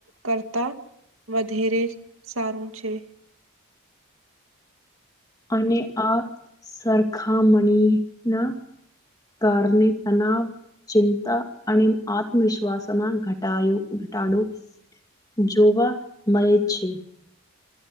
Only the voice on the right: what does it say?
કરતા વધેરે સારું છે.